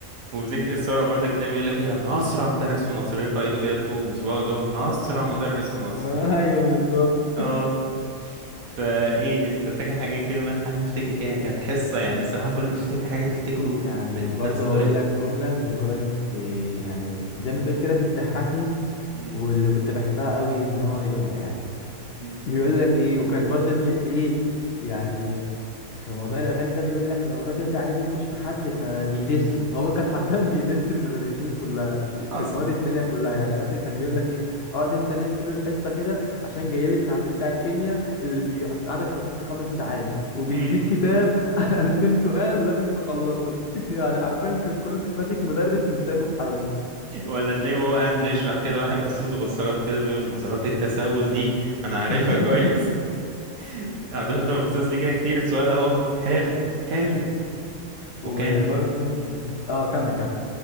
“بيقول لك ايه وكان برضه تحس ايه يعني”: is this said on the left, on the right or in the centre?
Left